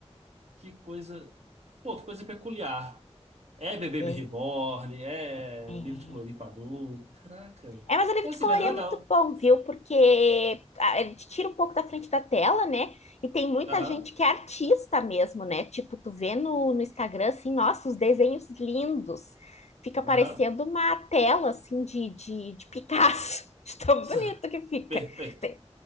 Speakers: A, on the right; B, on the left.
A: que coisa... Pô, que coisa peculiar. É bebê
B: É,
A: reborn, é
B: é.
A: livro de colorir pra adulto. Caraca.
B: É, mas o livro
A: É assim,
B: de colorir
A: mas legal.
B: é muito bom, viu? Porque ah, ele te tira um pouco da frente da tela, né? E tem muita
A: Aham,
B: gente que é artista mesmo, né? Tipo, tu vê no, no Instagram, assim, nossa, os desenhos lindos. Fica parecendo
A: aham.
B: uma tela, assim, de, de, de Picasso. <laughs> De tão
A: <laughs>
B: bonito que fica.
A: Perfeito.
B: Tem,